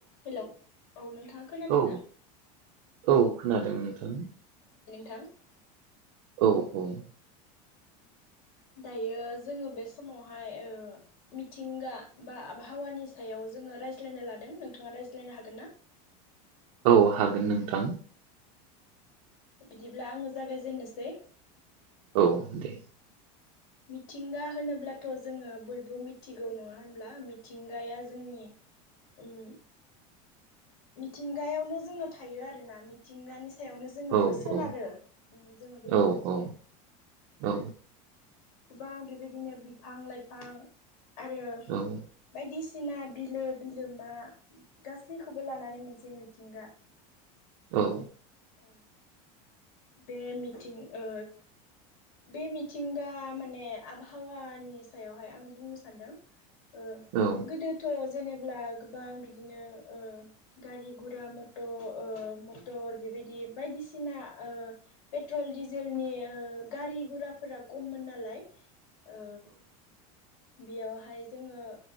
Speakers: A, on the left; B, on the right.
A: Hello औ नोंथाङा खोनादों
B: औ
A: ना?
B: औ खोनादों नोंथां
A: थां
B: औ औ
A: दायो जोङो बे समावहाय ओ मिथिंगा बा आबहावानि सायाव जोङो रायज्लायनो लादों नोंथाङा रायज्लायनो हागोन ना
B: औ हागोन नोंथां।
A: बिदिब्ला आङो जागायजेननोसै
B: औ दे।
A: मिथिंगा होनोब्लाथ जोङो बयबो मिथिगौ नङा होनब्ला मिथिंगाया जोंनि उम मिथिंगायावनो जोङो थायो आरोना मिथिंगानि सायावनो जोङो
B: औ
A: सोनारो
B: औ
A: उम जोङो बेखौ
B: औ
A: मिथियो
B: औ
A: उम
B: औ
A: गोबां बेबादिनो बिफां लाइफां आरो
B: औ
A: <inaudible> बायदिसि सिना बिलो बिलोमा गासैखौबो लानानै मोनसे मिथिंगा
B: औ
A: औ बे मिथिं ओ बे मिथिंगा माने आबहावानि सायावहाय आं बुंनो सानदों ओ
B: औ
A: गोदोथ' जेनेब्ला गोबां बिदिनो ओ गारि गुरा मट ओ मटर बेबादि बायदिसिना ओ पेट्रल डिजेलनि ओ गारि गुराफोरा खममोन नालाय ओ बेयावहाय जोङो